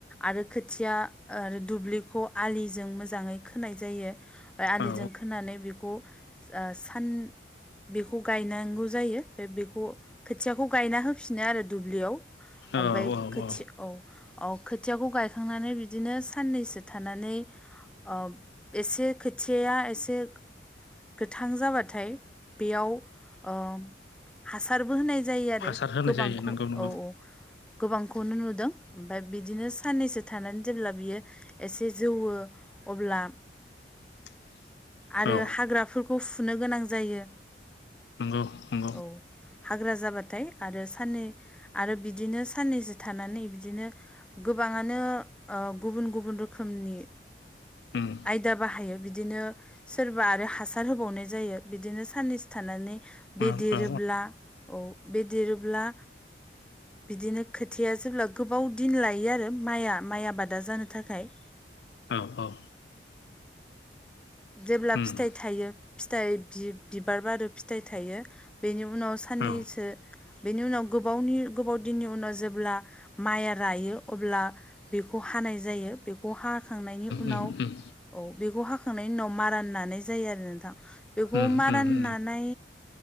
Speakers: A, in the centre; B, on the left.
A: आरो खोथिया दुब्लिखौ आलिजों मोजाङै खोनाय जायो। आलिजों
B: औ
A: खोनानै बेखौ ओ सान बेखौ गायना गौ जायो बेखौ खोथियाखौ गायना होफिनो आरो दुब्लियाव ओमफ्राय
B: औ औ
A: खोथिया औ औ खोथियाखौ गायखांनानै बिदिनो साननैसो थानानै अ एसे खोथियाया एसे गोथां जाबाथाय बेयाव औ हासारबो होनाय जायो आरो
B: हासार होनाय
A: गोबांखौ
B: जायो नंगौ नंगौ
A: औ औ गोबांखौनो नुदों ओमफ्राय बिदिनो साननैसो थानानै जेब्ला बियो एसे जौवो अब्ला
B: <inaudible>
A: आरो
B: औ
A: हाग्राफोरखौ फुनो गोनां जायो।
B: नंगौ नंगौ
A: औ हाग्रा जाबाथाय आरो साननै आरो बिदिनो साननैसो थानानै बिदिनो गोबाङानो ओ गुबुन गुबुन रोखोमनि
B: उम
A: आयदा बाहायो बिदिनो सोरबा आरो हासार होबावनाय जायो बिदिनो साननैसो थानानै
B: औ
A: बेदेरोब्ला
B: औ
A: औ बे देरोब्ला बिदिनो खोथिया जेब्ला गोबाव दिन लायो आरो माइआ माइ आबादा जानो थाखाय
B: औ औ
A: जेब्ला
B: उम
A: फिथाइ थायो फिथाइ बिबार आरो फिथाइ थायो। बेनि उनाव साननैसो
B: औ उम
A: बेनि उनाव गोबावनि गोबाव दिननि उनाव जेब्ला माइया रायो अब्ला बेखौ हानाय जायो बेखौ हाखांनायनि उनाव
B: उम उम
A: औ बेखौ हाखां फोखांनायनि उनाव मारान नानाय जायो आरो नोंथां बेखौ
B: उम
A: मारान
B: उम उम
A: नानाय